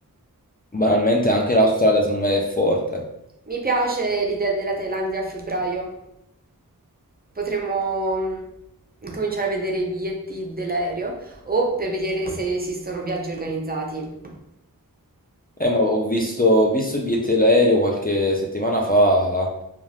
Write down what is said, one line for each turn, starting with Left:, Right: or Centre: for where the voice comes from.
Left: banalmente anche l'Australia secondo me è forte.
Right: Mi piace l'idea della Thailandia a febbraio. Potremmo mm, cominciare a vedere i biglietti dell'aereo o per vedere se esistono viaggi organizzati.
Left: Eh, ma ho visto, ho visto i biglietti dell'aereo qualche settimana fa,